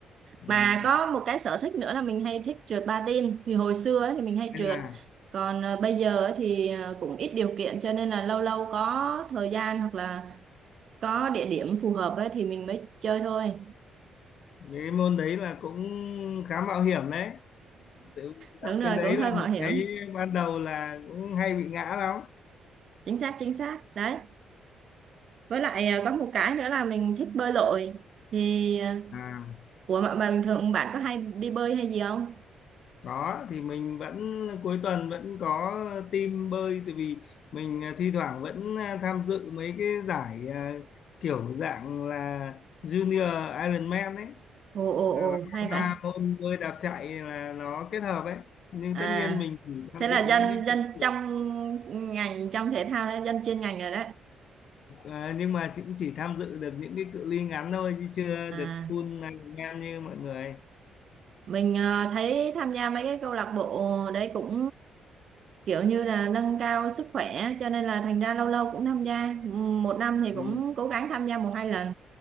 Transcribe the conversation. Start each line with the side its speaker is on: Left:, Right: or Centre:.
Left: Ừm,
Right: mà có một cái sở thích nữa là mình hay thích trượt patin thì hồi xưa ấy, thì mình hay
Left: hay
Right: trượt
Left: là
Right: còn ờ, bây giờ ấy thì ờ, cũng ít điều kiện cho nên là lâu lâu có thời gian hoặc là có địa điểm phù hợp ấy, thì mình mới chơi thôi
Left: cái môn đấy là cũng khá mạo hiểm đấy tự tập
Right: đúng rồi
Left: cái đấy
Right: cũng hơi
Left: là mình
Right: mạo hiểm
Left: thấy ban đầu là cũng hay bị ngã lắm
Right: chính xác chính xác đấy với lại ờ, có một cái nữa là mình thích bơi lội thì ờ,
Left: à
Right: ủa mà mà bình thường bạn có hay đi bơi hay gì không
Left: có thì mình vẫn cuối tuần vẫn có team bơi tại vì mình à, thi thoảng vẫn à, tham dự mấy cái giải à, kiểu dạng là Junior Ironman ấy
Right: ồ ồ
Left: là
Right: ồ
Left: nó
Right: hay
Left: có
Right: vậy
Left: ba môn bơi đạp chạy là nó kết hợp ấy nhưng
Right: à
Left: tất nhiên mình chỉ tham
Right: thế là
Left: dự
Right: dân
Left: những cái
Right: dân
Left: cự-
Right: trong ngành trong thể thao đấy dân chuyên ngành rồi đấy
Left: à, nhưng mà cũng chỉ tham dự được những cái cự ly ngắn thôi chứ chưa
Right: à
Left: được full Ironman như mọi người
Right: Mình ờ, thấy tham gia mấy cái câu lạc bộ đấy cũng kiểu như là nâng cao sức khỏe cho nên là thành ra lâu lâu cũng tham gia. Một năm thì
Left: ừ.
Right: cũng cố gắng tham gia một hai lần.